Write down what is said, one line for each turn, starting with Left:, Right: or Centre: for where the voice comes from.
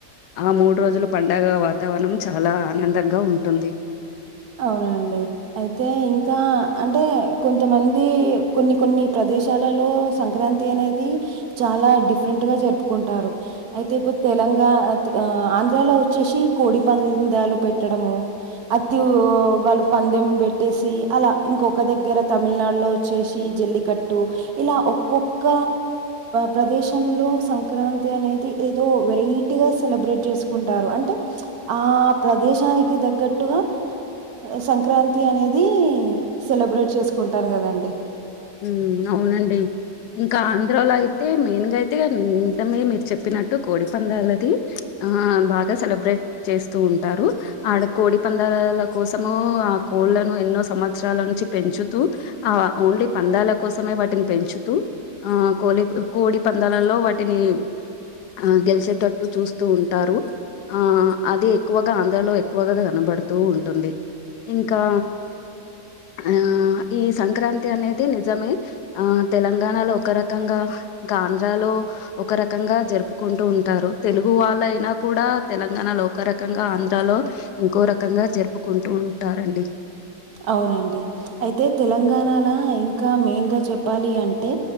Left: ఆ మూడు రోజులు పంండగ వాతావరణం చాలా ఆనందంగా ఉంటుంది
Right: అవునండి అయితే ఇంకా అంటే కొంతమంది కొన్ని కొన్ని ప్రదేశాలలో సంక్రాంతి అనేది చాలా డిఫరెంట్గా జరుపుకుంటారు అయితే ఇప్పు తెలంగాణ ఆ ఆంధ్రాలో వచ్చేసి కోడి పందాలు పెట్టడము అది వాళ్ళు పందెం పెట్టేసి అలా ఇంకొక దగ్గర తమిళనాడులో చేసి జల్లికట్టు ఇలా ఒక్కొక్క ప్రదేశంలో సంక్రాంతి అనేది ఏదో వెరైటీగా సెలబ్రేట్ చేసుకుంటారు అంటే ఆ ప్రదేశానికి తగ్గట్టుగా సంక్రాంతి అనేది సెలబ్రేట్ చేసుకుంటారు కదండి
Left: ఉ అవునండి ఇంకా ఆంధ్రాలో అయితే మెయిన్ గా అయితే నిమిజమే మీరు చెప్పినట్టు కోడి పందాలది ఆ బాగా సెలబ్రేట్ చేస్తూ ఉంటారు ఆడ కోడి పందాలాల కోసము ఆ కోళ్లను ఎన్నో సంవత్సరాల నుంచి పెంచుతూ అ ఓన్లీ పందాల కోసమే వాటిని పెంచుతూ ఆ కోలి కోడి పందాలలో వాటిని ఆ గెలిసేటట్టు చూస్తూ ఉంటారు. ఆ అది ఎక్కువగా ఆంధ్రాలో ఎక్కువగా కనబడుతూ ఉంటుంది. ఇంకా ఆ ఈ సంక్రాంతి అనే నిజమే ఆ తెలంగాణలో ఒక రకంగా ఆంధ్రాలో ఒక రకంగా జరుపుకుంటూ ఉంటారు తెలుగు వాళ్ళ అయినా కూడా తెలంగాణలో ఒక రకంగా ఆంధ్రాలో ఇంకో రకంగా జరుపుకుంటూ ఉంటారండి.
Right: అవునండి అయితే తెలంగాణలో ఇంకా మెయిన్గా చెప్పాలి అంటే?